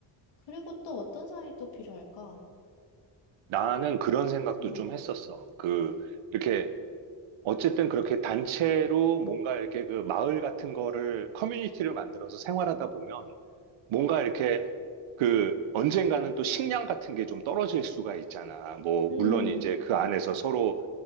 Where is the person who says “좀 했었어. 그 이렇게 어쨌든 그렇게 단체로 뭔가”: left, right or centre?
Right